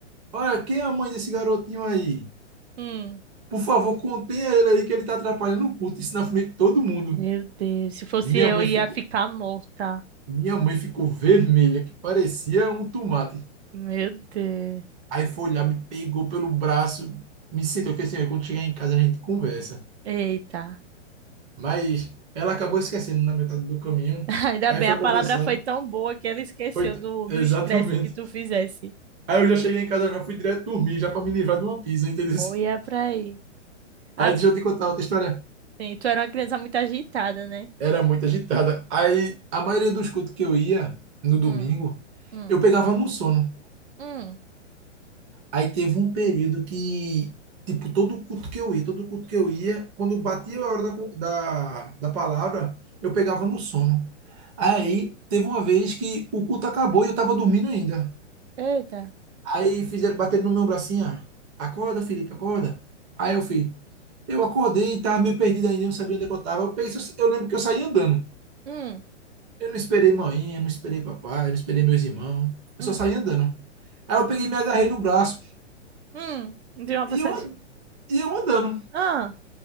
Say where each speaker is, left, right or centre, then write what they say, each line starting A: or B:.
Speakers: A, on the right; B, on the right.
A: "Olha, quem é a mãe desse garotinho aí?
B: Hum.
A: Por favor, contenha ele aí que ele tá atrapalhando o culto, isso na frente de todo mundo".
B: Meu Deus, se fosse
A: Minha
B: eu,
A: mãe
B: ia
A: ficou,
B: ficar morta.
A: minha mãe ficou vermelha, que parecia um tomate.
B: Meu Deus.
A: Aí foi lá, me pegou pelo braço, me sentou, eu falei assim, "Olha, quando chegar em casa a gente conversa.
B: Eita.
A: Mas ela acabou esquecendo na metade do caminho.
B: <laughs> Ainda
A: Aí
B: bem,
A: foi
B: a palavra
A: conversando.
B: foi tão boa que ela esqueceu
A: Foi t-
B: do do
A: Exatamente.
B: estresse que tu fizesse.
A: Aí eu já cheguei em casa, já fui direto dormir, já para me livrar de uma pizza, entendeu? <laughs>
B: Ou ia pra aí. Ah,
A: Aí deixa eu te contar outra história.
B: sim, tu era uma criança muito agitada, né?
A: Era muito agitada. Aí a maioria dos cultos que eu ia no domingo,
B: Hum, hum,
A: eu pegava no sono.
B: hum,
A: Aí teve um período que, tipo, todo culto que eu ia, todo culto que eu ia, quando batia a hora da, co- da, da palavra, eu pegava no sono. Aí teve uma vez que o culto acabou e eu tava dormindo ainda.
B: Eita.
A: Aí fizeram bater no meu bracinho, ah, acorda, Felipe, acorda. Aí eu fui. Eu acordei e tava meio perdido ainda, não sabia onde é que eu tava. Eu, peguei, só- eu lembro que eu saí andando.
B: hum,
A: Eu não esperei mãe, eu não esperei papai, eu não esperei meus irmãos.
B: hum,
A: Eu só saí andando. Aí eu peguei, e me agarrei no braço
B: hum. De uma pessoa.
A: e eu,
B: des-
A: an- e eu andando.
B: Ah,